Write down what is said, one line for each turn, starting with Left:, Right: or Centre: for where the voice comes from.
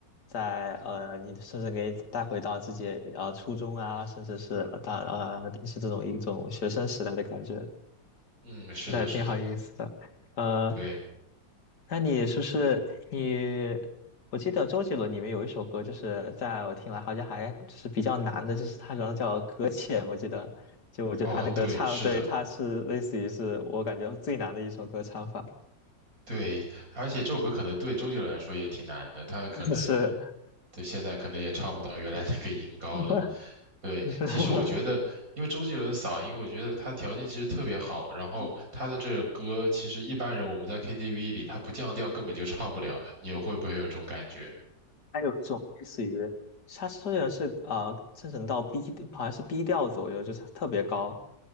Left: 在呃，你甚至可以带回到自己呃初中啊，甚至是呃大呃平时这种一种学生时代的感觉。
Right: 嗯，是的，
Left: 对，
Right: 是的，
Left: 挺好意思的。呃，
Right: 对。
Left: 那你是不是你？我记得周杰伦里面有一首歌，就是在我听来好像还就是比较难的，就是他好像叫《搁浅》，我记得就我觉得他那个唱，
Right: 哦，对，是的，
Left: 对，他是类似于是我感觉最难的一首歌唱法，
Right: 对，而且这首歌可能对周杰伦来说也挺难的，他可能
Left: <laughs> 是
Right: 对现在可能也唱不到原来那个音高了。
Left: <laughs>
Right: 对，
Left: 不是嗯
Right: 其实我觉得，因为周杰伦的嗓音，我觉得他条件其实特别好，然后他的这首歌，
Left: <laughs>
Right: 其实一般人我们在 KTV 里，他不降调根本就唱不了，你会不会有这种感觉？
Left: 还有一种类似于，它虽然是啊、呃生成到 B，好像是 B 调左右，就是它特别高，